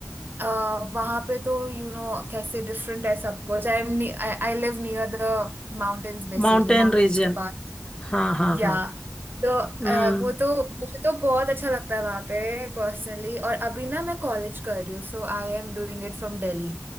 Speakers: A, on the right; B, on the left.
A: uh, वहाँ पे तो यू you नो know, कैसे डिफरेंट है सब कुछ I am I live near the mountains basically
B: Mountain
A: mountains
B: region
A: के पास
B: हाँ हाँ
A: या
B: हाँ
A: तो अ,
B: हम्म
A: वो तो मुझे तो बहुत अच्छा लगता है वहां पे पर्सनली और अभी ना मैं कॉलेज कर रही हूँ so I am doing it from Delhi